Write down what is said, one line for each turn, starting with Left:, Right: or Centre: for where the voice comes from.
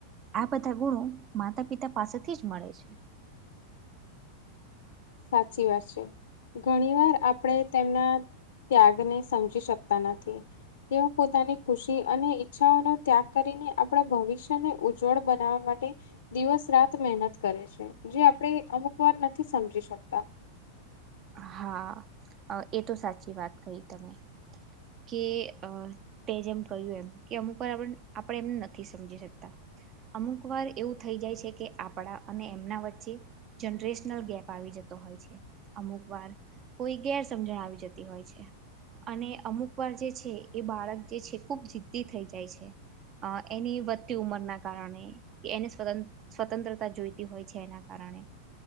Right: આ બધા ગુણો માતા પિતા પાસેથી જ મળે છે.
Left: સાચી વાત છે ઘણી વાર આપણે તેમના ત્યાગને સમજી શકતા નથી તેઓ પોતાની ખુશી અને ઈચ્છાઓનો ત્યાગ કરી. આપણા ભવિષ્યને ઉજ્વળ બનાવવા માટે દિવસ રાત મહેનત કરે છે જે આપણે. અમુક વાર નથી સમજી શકતા
Right: હા એ તો સાચી વાત કહી તમે કે અ તે જેમ કહ્યું એમ કે અમુક વાર આપણે એમને નથી સમજી શકતા. અમુક વાર એવું થઈ જાય છે કે આપણા અને એમના વચ્ચે જનરેશનલ ગેપ આવી જકે હોય છે અમુક વાર કોઈ ગેર સમજણ આવી જતી હોય છે અને અમુક વાર જે છે એ બાળક જે છે ખુબ જિદ્દી થઈ જાય છે અ એની વધતી ઉંમરના કારણે એને સ્વત સ્વતંત્રતા જોઈતી હોય છે એના કારણે